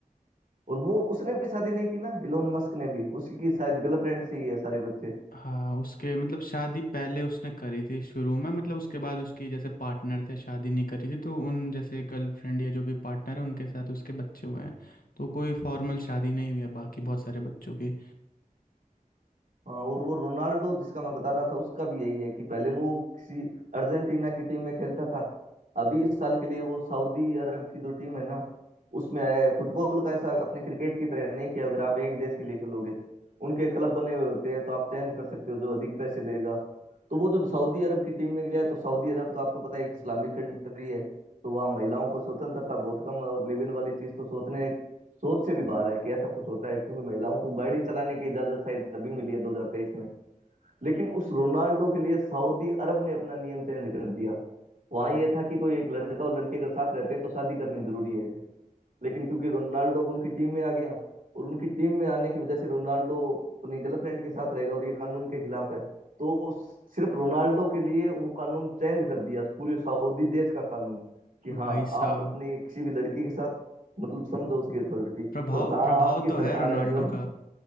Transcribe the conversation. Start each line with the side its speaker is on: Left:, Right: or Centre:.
Right: और वो उसने भी शादी नहीं की ना इलोन मस्क ने भी उसी की शायद गर्लफ्रेंड से ही है सारे बच्चे
Left: हाँ उसके मतलब शादी पहले उसने करी थी शुरू में मतलब उसके बाद उसकी जैसे पार्टनर थे शादी नहीं करी थी तो उन जैसे गर्लफ्रेंड या जो भी पार्टनर है उनके साथ उसके बच्चे हुए हैं तो कोई फॉर्मल शादी नहीं हुई है बाकी बहुत सारे बच्चों की
Right: हाँ और वो रोनाल्डो जिसका मैं बता रहा था उसका भी यही है कि पहले वो किसी अर्जेंटीना की टीम में खेलता था अभी इस साल के लिए वो सऊदी अरब की जो टीम है ना उसमें आया है फुटबॉल का ऐसा अपने क्रिकेट की तरह नहीं किया अगर आप एक देश के लिए खेलोगे उनके क्लब बने हुए होते हैं तो आप चेंज कर सकते हो जो अधिक पैसे देगा तो वो जब सऊदी अरब की टीम में गया तो सऊदी अरब तो आपको पता है एक इस्लामिक कंट्री है तो वहाँ महिलाओं को स्वतंत्रता बहुत कम है और लिव इन वाली चीज तो सोचने सोच से भी बाहर है कि ऐसा कुछ होता है क्योंकि महिलाओं को गाड़ी चलाने की इजाजत शायद अभी मिली है 2023 में लेकिन उस रोनाल्डो के लिए सऊदी अरब ने अपना नियम चेंज कर दिया वहां ये था कि कोई एक लड़का और लड़की अगर साथ रहते हैं तो शादी करनी जरूरी है लेकिन क्योंकि रोनाल्डो अब उनकी टीम में आ गया और उनकी टीम में आने की वजह से रोनाल्डो अपनी गर्लफ्रेंड के साथ रहेगा और ये कानून के खिलाफ है तो सिर्फ रोनाल्डो के लिए वो कानून चेंज कर दिया पूरे सऊदी देश का कानून कि
Left: भाई
Right: हाँ
Left: साहब
Right: आप अपनी किसी भी लड़की के साथ मतलब समझो उसकी अथॉरिटी
Left: प्रभाव
Right: और कहा
Left: प्रभाव
Right: आपकी
Left: तो है
Right: सरकार
Left: रोनाल्डो
Right: है जो
Left: का
Right: <laughs>